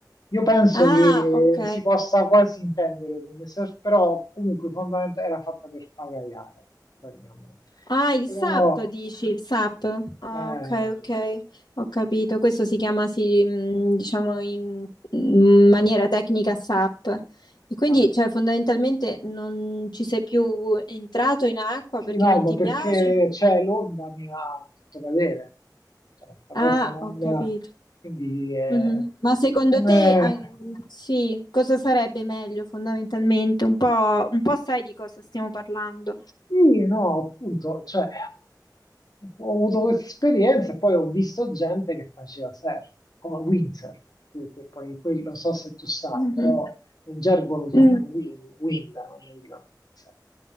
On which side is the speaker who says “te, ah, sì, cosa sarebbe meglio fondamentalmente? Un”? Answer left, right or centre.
Left